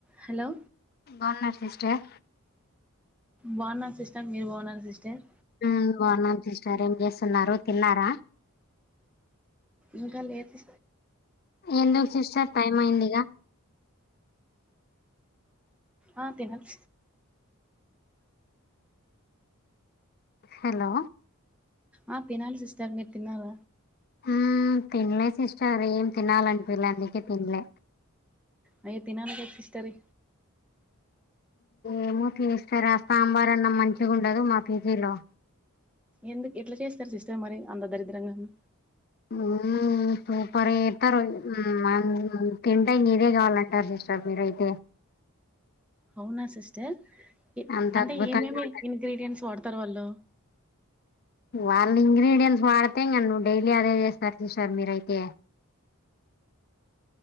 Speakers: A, in the centre; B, on the left (about 45°).
A: హలో
B: బాగున్నార సిస్టర్
A: బాగున్నార సిస్టర్ మీరు బాగున్నార సిస్టర్
B: వ్మ్ బాన్నాను సిస్టర్ ఏం చేస్తున్నారు తిన్నారా
A: ఇంకా లే సి
B: ఎందుకు సిస్టర్ టైం అయింది గా
A: ఆ తినాలి
B: హలో
A: ఆ తినాలి సిస్టర్ మీరు తిన్నార
B: ఉమ్ తినలే సిస్టర్ ఏం తినాల అనిపీయలే అందుకే తిన్లే
A: అయ్యో తినాలి గద సిస్టరి
B: ఏమో తీస్తారా సాంబార్ అన్న మంచిగా ఉండదు మా పీ జి లో
A: ఎందుకు ఎట్లా చేస్తారు సిస్టర్ మరి అంత దరిద్రంగాను
B: ఉమ్ సూపర్ గా ఎత్తరు వ్మ్ మనం తింటే ఇంకా ఇదే కావాలంటారు సిస్ స మీ రైతే
A: అవునా సిస్టర్
B: అంత
A: అంటే
B: అద్భుతంగా
A: ఏమేమి
B: ఉంటది
A: ఇంగ్రీడియంట్స్ వాడతారు వాళ్ళు
B: వాళ్ళ ఇంగ్రీడియంట్స్ వాడితే ఇంగ నువ్వు డైలీ అదే చేస్తారు సిసర్ మీరైతే